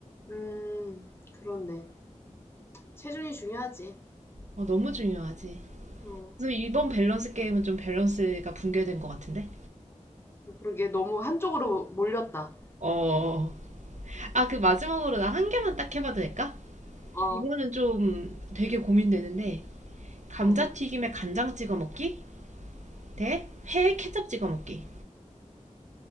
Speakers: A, on the left; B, on the right.
A: 음, 그렇네 체중이 중요하지
B: 어 너무 중요하지.
A: 어,
B: 그래서 이번 밸런스 게임은 좀 밸런스가 붕괴된 것 같은데.
A: 그러게 너무 한쪽으로 몰렸다
B: 어. 아 그 마지막으로 나 한 개만 딱 해봐도 될까?
A: 어,
B: 이거는 좀 되게 고민되는데 감자튀김에
A: 어.
B: 간장 찍어 먹기 대 회에 케첩 찍어 먹기.